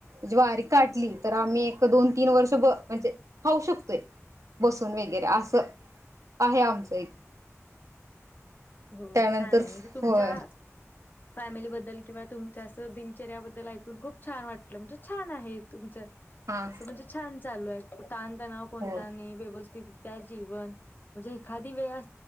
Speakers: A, on the right (about 80°); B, on the left (about 40°).
A: ज्वारी काढली तर आम्ही एक दोन तीन वर्ष म्हणजे खाऊ शकतोय बसून वगैरे असं आहे आमचं एक
B: हो
A: त्यानंतर
B: छान आहे म्हणजे तुमच्या
A: होय
B: फॅमिलीबद्दल किंवा तुमच्या असं दिनचर्याबद्दल ऐकून खूप छान वाटलं म्हणजे छान आहे तुमचं
A: हा
B: असं म्हणजे छान चालू आहे ताण तणाव कोणता
A: होय
B: नाही व्यवस्थित जीवन म्हणजे एखादी वेळ